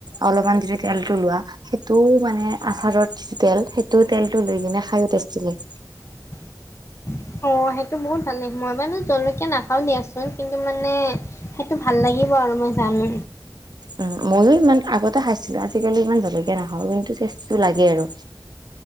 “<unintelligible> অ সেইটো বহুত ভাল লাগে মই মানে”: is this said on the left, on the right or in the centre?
Left